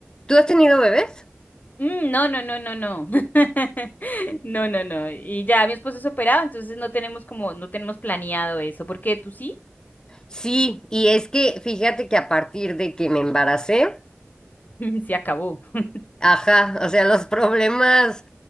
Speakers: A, on the left (about 20°); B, on the left (about 40°).
A: ¿tú has tenido bebés?
B: Mm, no, no, no, no, no. <laughs> No, no, no. Y ya mi esposo es operado, entonces no tenemos como, no tenemos planeado eso, porque tú sí,
A: Sí, y es que fíjate que a partir de que me embaracé,
B: <laughs> se acabó. <laughs>
A: ajá, o sea, los problemas